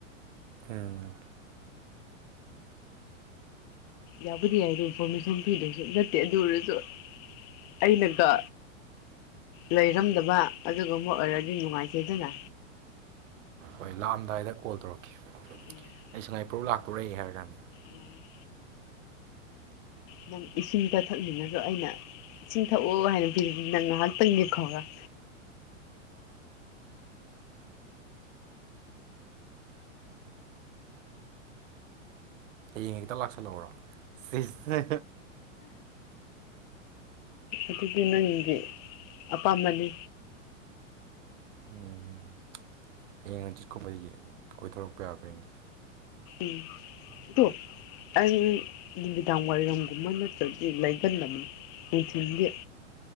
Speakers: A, on the right; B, on the left.
A: ꯎꯝ
B: ꯌꯥꯕꯨꯗꯤ ꯌꯥꯏꯗꯣ ꯏꯟꯐꯣꯔꯃꯦꯁꯟ ꯄꯤꯗ꯭ꯔꯁꯨ ꯅꯠꯇꯦ ꯑꯗꯨ ꯑꯣꯏꯔꯁꯨ ꯑꯩꯅꯒ ꯂꯩꯔꯝꯗꯕ ꯑꯗꯨꯒꯨꯝꯕ ꯑꯣꯏꯔꯗꯤ ꯅꯨꯡꯉꯥꯏꯇꯦꯗꯅ
A: ꯍꯣꯏ ꯂꯥꯛꯑꯝꯗꯥꯏꯗ ꯀꯣꯜ ꯇꯧꯔꯛꯀꯦ
B: ꯎꯝ
A: ꯑꯩ ꯁꯉꯥꯏꯄ꯭ꯔꯧ ꯂꯥꯛꯇꯣꯔꯦ ꯍꯥꯏꯔ ꯀꯥꯟꯗ
B: ꯎꯝ ꯅꯪ ꯏꯁꯤꯡꯗ ꯊꯛꯅꯤꯡꯉꯁꯨ ꯑꯩꯅ ꯏꯁꯤꯡ ꯊꯛꯑꯣ ꯍꯥꯏꯅ ꯄꯤꯔꯗꯤ ꯅꯪ ꯉꯥꯏꯍꯥꯛꯇꯪꯗꯤ ꯈꯧꯔꯥꯡ
A: ꯍꯌꯦꯡ ꯍ‌ꯦꯛꯇ ꯂꯥꯛꯁꯜꯂꯧꯔꯣ ꯁꯤꯁ
B: ꯑꯗꯨꯗꯤ ꯅꯪꯒꯤ ꯑꯄꯥꯝꯕꯅꯤ
A: ꯎꯝ ꯍꯌꯦꯡ ꯍꯪꯆꯤꯠꯀꯨꯝꯕ ꯌ‌ꯦꯡꯉꯦ ꯀꯣꯏꯊꫭꯔꯛꯄ ꯌꯥꯕ꯭ꯔ ꯌ‌ꯦꯡꯒ‌ꯦ
B: ꯎꯝ ꯑꯗꫭ ꯑꯩ ꯅꯨꯃꯤꯗꯥꯡ ꯋꯥꯏꯔꯝꯒꯨꯝꯕ ꯅꯠꯇ꯭ꯔꯗꯤ ꯂꯩꯒꯟꯗꯝꯅꯤ ꯅꯨꯡꯊꯤꯟꯗꯤ